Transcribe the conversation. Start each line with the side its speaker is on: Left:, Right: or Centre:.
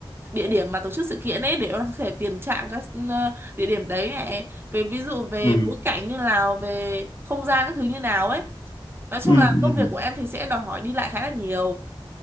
Right: địa điểm mà tổ chức sự kiện ấy để bọn em có thể tiền trạm các ờ, địa điểm đấy này về ví dụ về
Left: ừ
Right: bối cảnh như nào về không gian các thứ như nào ấy nói chung
Left: ừ ừ
Right: là công việc của em thì sẽ đòi hỏi đi lại khá là nhiều